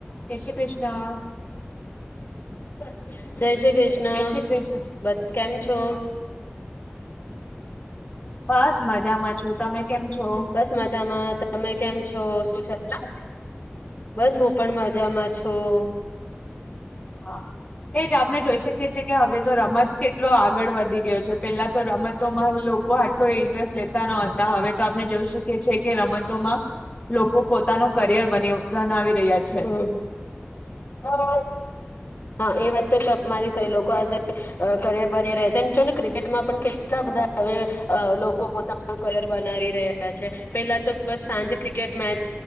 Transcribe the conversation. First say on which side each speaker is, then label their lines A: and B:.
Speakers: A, on the left; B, on the left.
A: જય શ્રી કૃષ્ણ.
B: <inaudible> જય શ્રી કૃષ્ણ.
A: જય શ્રી કૃષ્ણ
B: બસ. કેમ છો?
A: બસ મજામાં છું. તમે કેમ છો
B: બસ મજામાં. તમે કેમ છો? <unintelligible> બસ હું પણ મજામાં છું.
A: હા, એજ આપણે જોઈ શકીએ છીએ કે હવે તો રમત કેટલો આગળ વધી ગયો છે પેલા તો રમતોમાં લો આટલો ઇન્ટરેસ્ટ લેતા ન હતા હવે તો આપને જોઈ શકીએ છીએ કે રમતોમાં. લોકો પોતાનો કરિયર બ બનાવી. રહ્યા છે
B: હમ્મ હા. હા એ વાત તો તમારી ખ લોકો આજે કરિયર બની રહે્યા છે ને ક્રિકેટમાં પણ કેટલા બધા હવે લોકો પોતાનું કરિયર બનાવી રહ્યા છે, પેલા તો બસ સાંજે ક્રિકેટ મેચ